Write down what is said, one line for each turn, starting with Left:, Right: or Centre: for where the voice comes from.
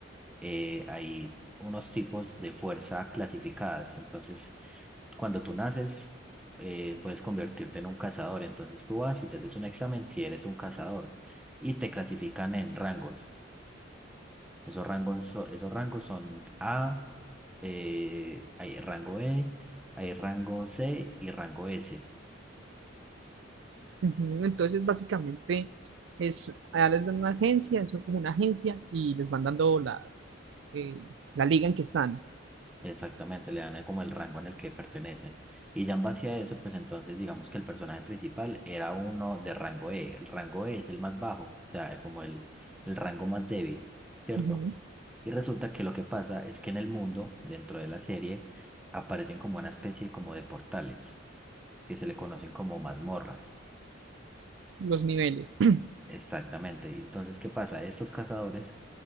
Centre: eh, hay unos tipos de fuerza clasificadas. Entonces, cuando tú naces, eh, puedes convertirte en un cazador. Entonces, tú vas y te haces un examen si eres un cazador y te clasifican en rangos. Esos rangos, so- esos rangos son A, eh, hay rango E, hay rango C y rango S.
Right: Ujú, Entonces, básicamente, es, allá les dan una agencia, eso es como una agencia, y les van dando la, las, eh, la liga en que están,
Centre: Exactamente, le dan eh, como el rango en el que pertenecen. Y ya en base a eso, pues entonces digamos que el personaje principal era uno de rango E. El rango E es el más bajo, o sea, eh, como el, el rango más débil, ¿cierto?
Right: Ujú,
Centre: Y resulta que lo que pasa es que en el mundo, dentro de la serie, aparecen como una especie como de portales, que se le conocen como mazmorras.
Right: Los niveles, <clears throat>
Centre: Exactamente. Y Entonces, ¿qué pasa? Estos cazadores